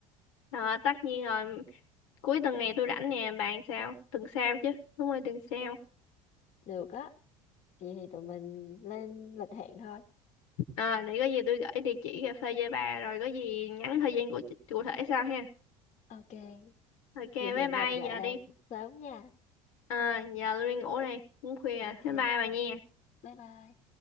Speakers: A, on the left; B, on the left.
A: ờ, tất nhiên rồi, cuối tuần này tôi rảnh nè, bạn sao? Tuần sau chứ, đúng rồi, tuần sau.
B: được á Vậy thì tụi mình lên lịch hẹn thôi.
A: Ờ, để có gì tôi gửi địa chỉ cà phê cho bà, rồi có gì nhắn thời gian cụ, cụ thể sau ha.
B: Ok,
A: Ok, bye
B: Vậy hẹn
A: bye,
B: gặp lại
A: giờ
B: bà
A: đi.
B: sớm nha.
A: Ờ, giờ tôi đi ngủ đây, cũng khuya,
B: ok.
A: rồi. bye bye bà nha.
B: Bye bye.